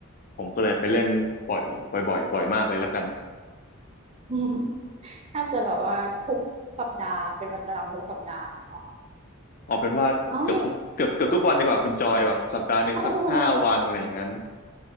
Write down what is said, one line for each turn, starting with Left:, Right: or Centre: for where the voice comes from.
Left: ผมก็เลยไปเล่นบ่อยบ่อยบ่อยบ่อยมากเลยแล้วกัน
Right: <laughs> แทบจะแบบว่าทุกสัปดาห์เป็นประจำทุกสัปดาห์เลยเนาะ
Left: เอาเป็นว่าเกือบทุกเกือบเกือบทุกวันดีกว่าคุณจอยแบบสัปดาห์หนึ่งสักห้าวันอะไรอย่างนั้น
Right: แล้วนี่โอ้โห